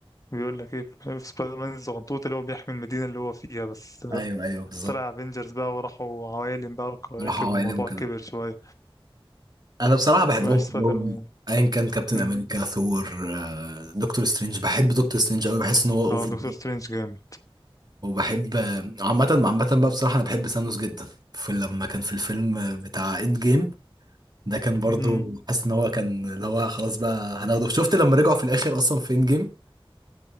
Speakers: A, on the left; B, on the right.
A: بيقول لك ايه في سبايدر مان الزغنطوط اللي هو بيحمي المدينه اللي هو فيها بس آه،
B: أيوه أيوه بالظبط
A: طلع افنجرز بقى وراحوا عوالم بقى وكواكب
B: بصراحة هو
A: والموضوع
B: عالم وكده
A: كبر شويه
B: أنا بصراحة بحبهم
A: مبقاش
B: كلهم
A: سبايدر مان
B: ايا كان كابتن
A: مم.
B: امريكا ثور آه، دكتور سترينج بحب دكتور سترينج قوي بحس ان هو اوفر
A: اه دكتور سترينج جامد
B: وبحب عامة عامة بقى بصراحة أنا بحب سانوس جدا في لما كان في الفيلم بتاع إند جيم ده كان برضو
A: مم.
B: حاسس إن هو كان اللي هو خلاص بقى هناخده شفت لما رجعوا في الآخر أصلا في إند جيم